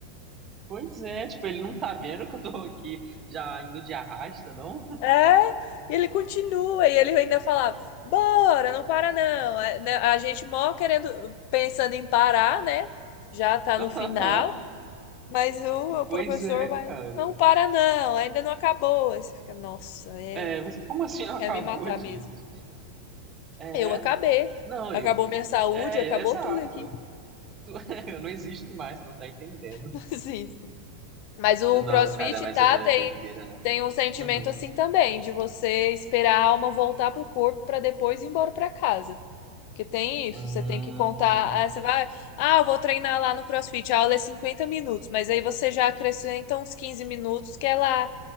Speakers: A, on the right; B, on the left.
A: Pois é, tipo, ele não tá vendo que eu tô aqui já indo de arrasta, não?
B: É, e ele continua, e ele ainda falava, bora, não para não. É, né, A gente mó querendo, pensando em parar, né? Já tá
A: <laughs>
B: no final, mas o, o
A: Pois
B: professor
A: é,
B: vai,
A: cara.
B: não para não, ainda não acabou. Aí você fica, nossa, é,
A: É, mas como assim acabou,
B: quer me matar
A: gente?
B: mesmo.
A: É,
B: Eu acabei,
A: não,
B: acabou
A: eu,
B: minha saúde,
A: é,
B: acabou
A: é exato.
B: tudo aqui.
A: <laughs> Eu não existo mais, você não tá entendendo.
B: <laughs> Sim. Mas o
A: Não,
B: CrossFit,
A: cara, mas
B: tá,
A: é
B: tem,
A: doideira, né?
B: tem um sentimento
A: Uhum.
B: assim também, de você esperar a alma voltar pro corpo para depois ir embora para casa. Porque tem
A: Hum,
B: isso, você tem que contar, ah, você vai, ah, eu vou treinar lá no CrossFit, a aula é 50 minutos, mas aí você já acrescenta uns 15 minutos que é lá